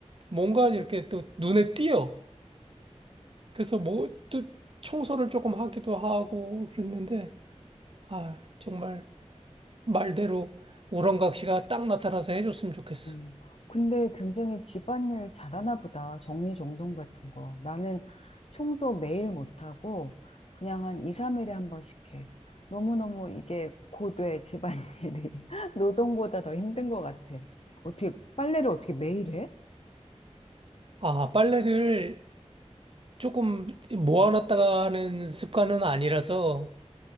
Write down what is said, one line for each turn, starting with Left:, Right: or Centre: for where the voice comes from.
Right: 뭔가 이렇게 또 눈에 띄어. 그래서 뭐 또 청소를 조금 하기도 하고 그랬는데 아 정말 말대로 우렁각시가 딱 나타나서 해줬으면 좋겠어.
Left: 음, 근데 굉장히 집안일 잘하나 보다. 정리정돈 같은 거. 나는 청소 매일 못하고 그냥 한 2, 3일에 한 번씩 해. 너무너무 이게 고돼, 집안일이. <laughs> 노동보다 더 힘든 것 같아. 어떻게, 빨래를 어떻게 매일 해?
Right: 아 빨래를 조금 모아놨다가 하는 습관은 아니라서